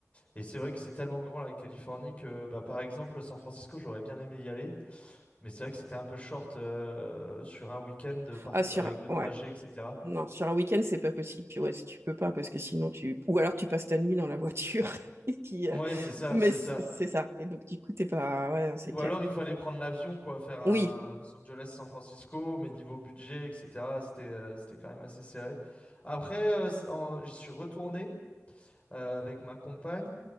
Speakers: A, on the left; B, on the right.
A: Et c'est vrai que c'est tellement grand la Californie que, bah, par exemple, San Francisco, j'aurais bien aimé y aller, mais c'est vrai que c'était un peu short euh, sur un week-end de part-
B: Ah, sur
A: avec
B: un...
A: le
B: Ouais.
A: trajet, etc.
B: Non, sur un week-end, c'est pas possible. Puis ouais, si tu peux pas parce que sinon tu... Ou alors tu passes ta nuit dans la voiture. <laughs> Et puis,
A: Ouais,
B: euh,
A: c'est ça,
B: Mais
A: c'est
B: c'est
A: ça.
B: c'est ça. Et donc, du coup, t'es pas... Ouais, c'est
A: Ou
B: clair.
A: alors il fallait prendre l'avion, quoi, faire un
B: Oui.
A: Los Angeles-San Francisco, mais niveau budget, etc., c'était euh, c'était quand même assez serré. Après, euh, c- en- j'y suis retourné euh, avec ma compagne